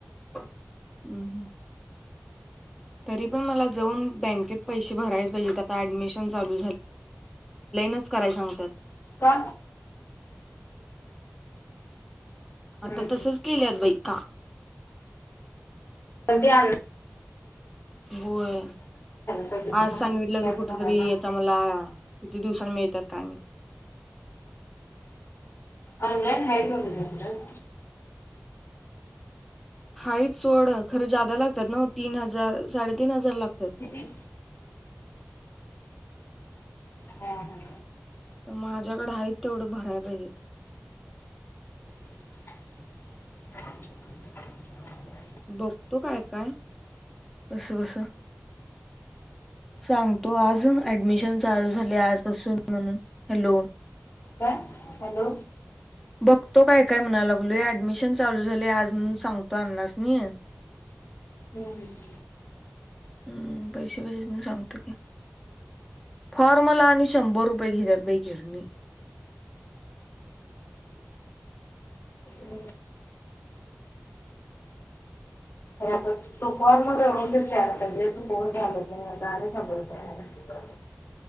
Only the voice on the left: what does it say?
का.
पण
क.
पाहिजे ते
पण
कॅम्प
भरायला
अ न हयन वोल.
ह हा हा
<unintelligible>
काय हॅलो
हम्म
ह अरे आता तुफान मध्ये ळलाहिजेून फोन झात नाही हो